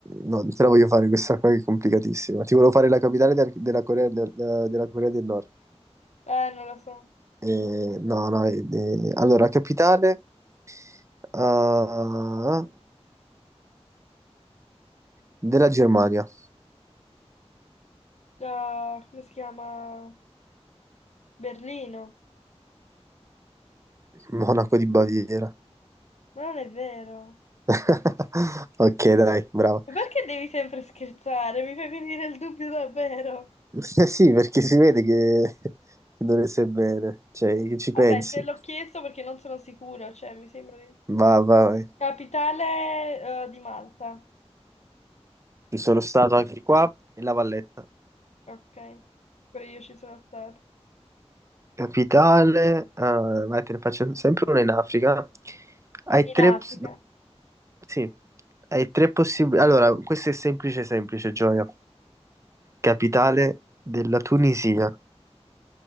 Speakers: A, on the right; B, on the left.
A: no, te la voglio fare questa qua che è complicatissima. Ti volevo fare la capitale del- della Corea del, della Corea del Nord.
B: Eh, non lo so.
A: Eh, no, no. eh, eh, allora, la capitale ah, della Germania.
B: Ah, come si chiama? Berlino.
A: Monaco di Baviera.
B: Ma non è vero.
A: <laughs> Ok, dai, bravo.
B: Ma Perché devi sempre scherzare? Mi fai venire il dubbio davvero.
A: <laughs> Eh sì, perché si vede che, che non ne sai bene, cioè, che ci pensi.
B: Vabbè, te l'ho chiesto perché non sono sicura, cioè mi sembra di...
A: Va, va, vai.
B: Capitale, eh, di Malta.
A: Ci sono stato anche qua in La Valletta.
B: Ok, pure io ci sono stata.
A: Capitale, ah, vai, te ne faccio sempre una in Africa. Hai
B: In
A: tre,
B: Africa.
A: ps- sì, hai tre possibili. Allora, questo è semplice, semplice, Gioia. Capitale della Tunisia.